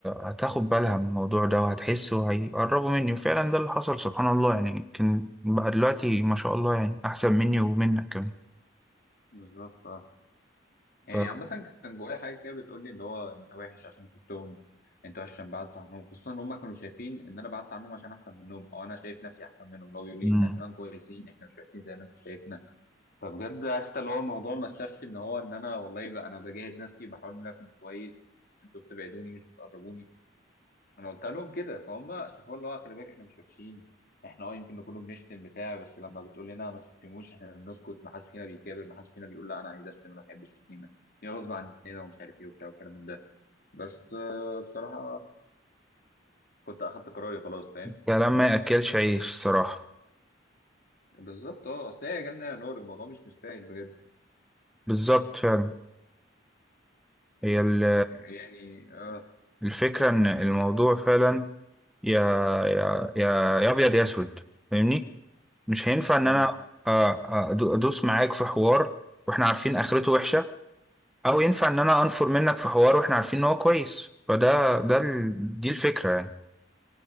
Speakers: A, in the centre; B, on the left.
A: هتاخد بالها من الموضوع ده وهتحس وهيقربوا مني وفعلا ده اللي حصل سبحان الله يعني يمكن بقى دلوقتي ما شاء الله يعني احسن مني ومنك كمان
B: بالظبط يعني
A: ف...
B: عامة كان جوايا حاجة كده بتقول لي اللي هو أنت وحش عشان سبتهم أنت وحش عشان بعدت عنهم خصوصا إن هما كانوا شايفين إن أنا بعدت عنهم عشان أحسن منهم أو أنا شايف نفسي أحسن منهم اللي هو بيقول لي
A: مم.
B: إحنا كمان كويسين إحنا مش وحشين زي ما أنت شايفنا فبجد عرفت اللي هو الموضوع ما شافش إن هو إن أنا والله بقى أنا بجاهد نفسي بحاول إن أنا أكون كويس أنتوا بتبعدوني مش بتقربوني انا قلت لهم كده فهم شافوا اللي هو خلي بالك احنا مش وحشين احنا اه يمكن نكون بنشتم بتاع بس لما بتقول لنا ما تشتموش احنا بنسكت ما حدش فينا بيكابر ما حدش فينا بيقول لا انا عايز اشتم انا ما بحبش الشتيمه هي غصب عننا ومش عارف ايه وبتاع والكلام من ده بس آه، بصراحه كنت اخدت قراري خلاص فاهم
A: كلام ما ياكلش عيش صراحه
B: بالظبط اه اصل هي يا جنه يا نار الموضوع مش مستاهل بجد
A: بالظبط فعلا هي ال-
B: يعني اه
A: الفكرة إن الموضوع فعلا يا يا يا يا أبيض يا أسود فاهمني مش هينفع إن
B: مم.
A: أنا آه، آه، أدو- أدوس معاك في حوار وإحنا عارفين آخرته وحشة أو ينفع إن أنا أنفر منك في حوار وإحنا عارفين إن هو كويس فده ده ال... دي الفكرة يعني